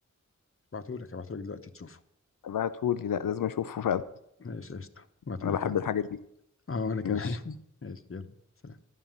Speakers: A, on the left; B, on the left.
A: هبعته لك هبعته لك دلوقتي تشوفه
B: ابعته لي لا لازم اشوفه فعلا
A: ماشي قشطه هبعته
B: انا
A: لك
B: بحب
A: يلا
B: الحاجات دي
A: اه وانا كمان
B: ماشي
A: <laughs> ماشي يلا سلام